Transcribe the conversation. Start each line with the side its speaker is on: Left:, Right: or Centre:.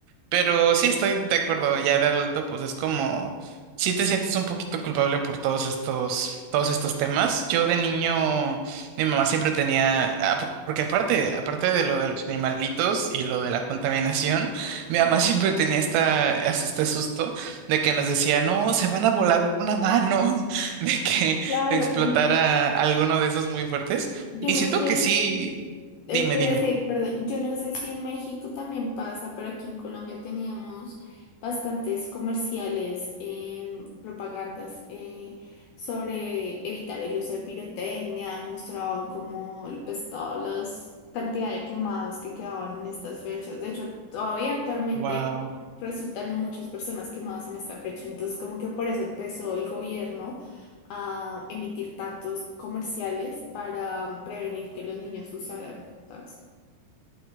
Right: Pero sí estoy de acuerdo, ya de adulto, pues es como, sí te sientes un poquito culpable por todos estos, todos estos temas. Yo de niño, mi mamá siempre tenía, ah, por- porque aparte, aparte de lo de los animalitos y lo de la contaminación, <laughs> mi
Left: Sí.
Right: mamá siempre tenía esta, hasta este susto de que nos decía, no, se van a volar una mano, <laughs> de que
Left: Claro,
Right: te explotara
Left: n-
Right: alguno de esos muy fuertes.
Left: yo
Right: Y
Left: no
Right: siento
Left: sé.
Right: que sí,
Left: Eh,
Right: dime,
Left: quería
Right: dime.
Left: decir, perdón, yo no sé si en México también pasa, pero aquí en Colombia teníamos bastantes comerciales, em, propagandas eh, sobre evitar el uso de pirotecnia y mostraban como pues todas las cantidad de quemados que quedaban en estas fechas. De hecho, todavía actualmente
Right: Wow.
Left: resultan muchas personas quemadas en esta fecha, entonces como que por eso empezó el gobierno a emitir tantos comerciales para prevenir que los niños usaran. ¿sabes?